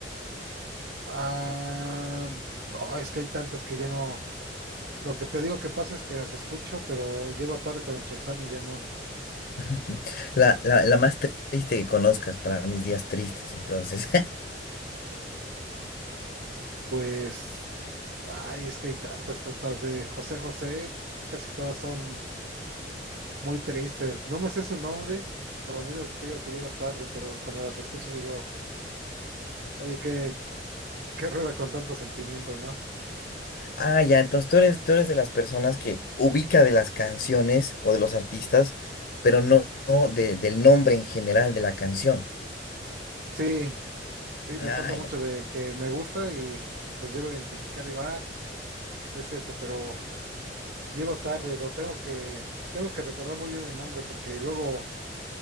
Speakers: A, on the right (about 65°); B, on the left (about 55°).
A: Ah, no, es que hay tantas que ya no. Lo que te digo que pasa es que las escucho, pero llego tarde con el Shazam y ya no.
B: <laughs> La, la, la más triste que conozcas para mis días tristes, entonces.
A: Pues, ay, es que hay tantas, pero las de José José, casi todas son. muy tristes. No me sé su nombre, por lo mismo que te digo que llego tarde, pero cuando las escucho digo, oye, qué, qué rara con tantos sentimientos ¿no?
B: Ah, ya, entonces tú eres, tú eres de las personas que ubica de las canciones o de los artistas, pero no, no de- del nombre en general de la canción.
A: Sí, sí,
B: Ah,
A: me pasa mucho
B: ya.
A: de que me gusta y los llego a identificar y digo, ah, es este, pero llego tarde, lo tengo que, tengo que recordar muy bien el nombre, porque luego